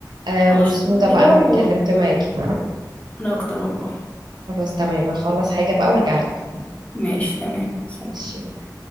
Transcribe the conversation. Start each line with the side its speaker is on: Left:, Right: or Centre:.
Right: آه
Left: خلاص
Right: مبسوطه
Left: شوفي
Right: بقى
Left: كده
Right: اني
Left: وانا
Right: اتكلمت معاكي
Left: اكتر والله
Right: خلاص تمام هخلص حاجة بقى وارجع لك
Left: ماشي تمام سلام
Right: ماشي